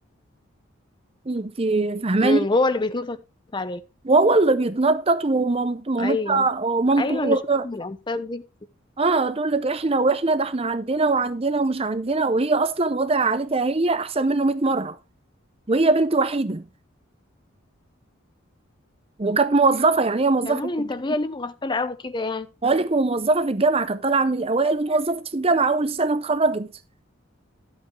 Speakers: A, on the right (about 30°); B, on the left (about 20°).
A: أنت فاهماني؟
B: امم هو اللي بيتنطط عليها
A: وهو اللي بيتنطط ومامتها
B: ايوه
A: ومامته
B: ايوه
A: هو
B: انا شفت
A: تقع-
B: من الامثال دي
A: اه تقول لك احنا واحنا ده احنا عندنا وعندنا ومش عندنا وهي اصلا وضع عائلتها هي احسن منه 100 مره وهي بنت وحيده وكانت موظفه يعني هي موظفه
B: كمان
A: في
B: انت
A: الج-
B: بيه ليه مغفله قوي كده يعني
A: بقول لك موظفه في الجامعه كانت طالعه من الاوائل وتوظفت في الجامعه اول سنه اتخرجت